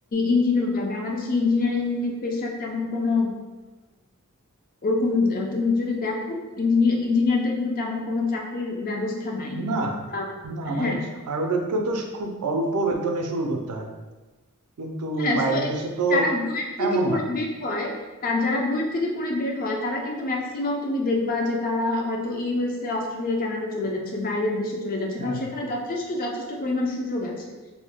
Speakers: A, on the left; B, on the right.
A: ইঞ্জিনিয়ার বাংলাদেশি ইঞ্জিনিয়ারিং পেশার তেমন কোনো ওরকম আহ, তুমি যদি দেখো ইঞ্জিনিয়ার ইঞ্জিনিয়ারদের কিন্তু তেমন কোনো চাকরির ব্যবস্থা নাই
B: না
A: আহ,
B: না
A: হ্যাঁ
B: মানে ভারতেরকে তো খুব অল্প বেতনে শুরু করতে হয় কিন্তু
A: হ্যাঁ
B: বাইরের
A: সো এর
B: দেশে
A: জন্য
B: তো
A: যারা বুয়েট থেকে
B: এমন
A: পড়ে
B: না
A: বের হয় তার যারা বুয়েট থেকে পড়ে বের হয় তারা কিন্তু ম্যাক্সিমাম তুমি দেখবা যে তারা হয়তো ইউএসএ অস্ট্রেলিয়া কানাডা চলে যাচ্ছে বাইরের দেশে চলে যাচ্ছে
B: হ্যাঁ
A: কারণ সেখানে যথেষ্ট যথেষ্ট পরিমাণ সুযোগ আছে